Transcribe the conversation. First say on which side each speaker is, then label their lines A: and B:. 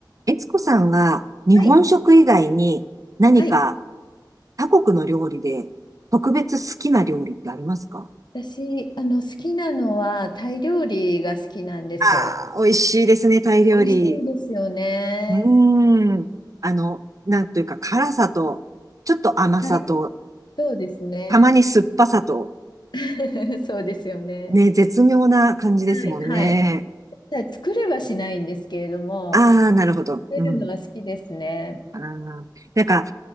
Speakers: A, on the right (about 45°); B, on the left (about 70°).
A: 悦子さんは日本食以外に何か
B: はい。はい。
A: 他国の料理で特別好きな料理ってありますか
B: 私、あの、好きなのは、タイ料理が好きなんです。
A: ああー、美味しいですね、タイ料理。
B: 美味しいですよね。
A: うーん。あの、なんというか辛さと、ちょっと甘さと、
B: はい。そうですね。
A: たまに酸っぱさと、
B: <laughs> そうですよね。
A: ね、絶妙な感じですもんね。
B: はい。はい。ただ作れはしないんですけれども、
A: ああ、なるほど。
B: 食べるのは好きですね。
A: うん。ああなんか、